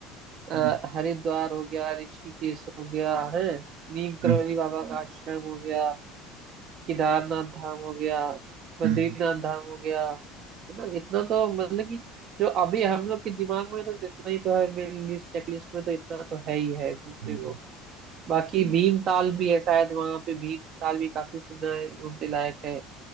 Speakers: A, on the right; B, on the right.
A: अ,
B: हम्म,
A: हरिद्वार हो गया ऋषिकेश हो गया है नीम करोली
B: हम्म,
A: बाबा का आश्रम हो गया केदारनाथ धाम हो गया बद्रीनाथ
B: हम्म।
A: धाम हो गया है ना इतना तो मतलब कि जो अभी हम लोग के दिमाग में तो जितना ही तो है मेरी लिस्ट चेकलिस्ट में तो इतना तो है ही है घूमने
B: हुँ,
A: को बाकी भीमताल भी है शायद वहां पे भीमताल भी काफी सुना है घूमने लायक है